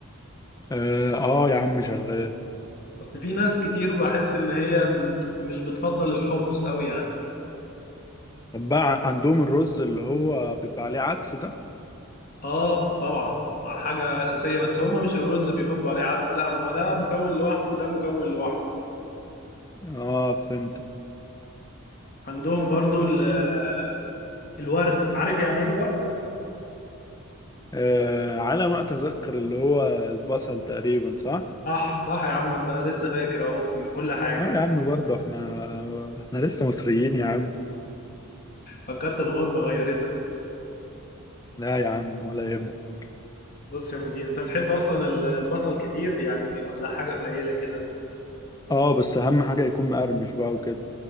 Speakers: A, on the left (about 15°); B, on the left (about 45°).
A: اه, آه يا عم شغال
B: اصل في ناس كتير بحس ان هي م- مش بتفضل الحمص قوي يعني
A: طب بقى ع- عندهم الرز اللي هو بيبقى عليه عدس ده
B: اه طبعا مع حاجة أساسية بس هما مش الرز بيحطوا عليه عدس لا هما ده مكون لوحده وده مكون لوحده
A: اه فهمت
B: عندهم برضو ال- آه، الورد عارف يعني ايه الورد؟
A: آه على ما اتذكر اللي هو البصل تقريبا صح
B: صح صح يا عم انت لسه فاكر اهو كل كل حاجة
A: اه يا عم برضه احنا احنا لسه مصريين يا عم
B: فكرت الغربة غيرتك
A: لا يا عم ولا يهمك
B: بص يا مدير انت بتحب اصلا ال- البصل كتير يعني ولا حاجة قليلة كده
A: اه بس اهم حاجة يكون مقرمش بقى وكده